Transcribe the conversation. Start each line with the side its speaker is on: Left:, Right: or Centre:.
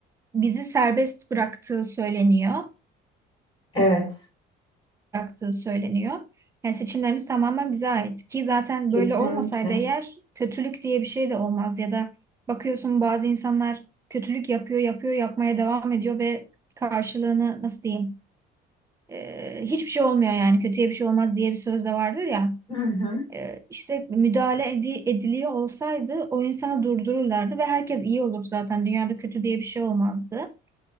Right: bizi serbest bıraktığı söyleniyor,
Left: Evet.
Right: bıraktığı söyleniyor. Yani seçimlerimiz tamamen bize ait ki zaten
Left: Kesinlikle.
Right: böyle olmasaydı eğer kötülük diye bir şey de olmaz ya da bakıyorsun bazı insanlar kötülük yapıyor, yapıyor, yapmaya devam ediyor ve karşılığını nasıl diyeyim? e, hiçbir şey olmuyor yani kötüye bir şey olmaz diye bir söz de vardır ya.
Left: Hı hı.
Right: E, işte müdahale edi- ediliyor olsaydı o insana durdururlardı ve herkes iyi olur zaten dünyada kötü diye bir şey olmazdı.